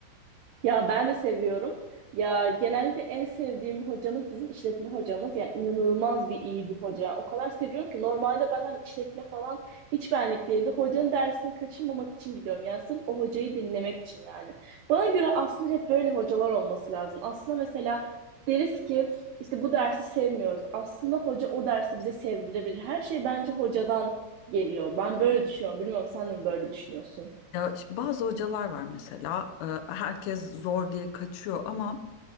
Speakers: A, on the right (about 80°); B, on the left (about 80°).
A: Ya ben de seviyorum. Ya genellikle en sevdiğim hocamız bizim işletme hocamız. Yani inanılmaz bir iyi bir hoca. Yani o kadar seviyorum ki normalde ben hani işletme falan hiç benlik değildi. Hocanın dersini kaçırmamak için gidiyorum. Yani sırf o hocayı dinlemek için yani. Bana göre aslında hep böyle hocalar olması lazım. Aslında mesela deriz ki işte bu dersi sevmiyoruz. Aslında hoca o dersi bize sevdirebilir. Her şey bence hocadan geliyor. Ben böyle düşünüyorum. Bilmiyorum sen de mi böyle düşünüyorsun?
B: Ya işte bazı hocalar var mesela e, herkes zor diye kaçıyor ama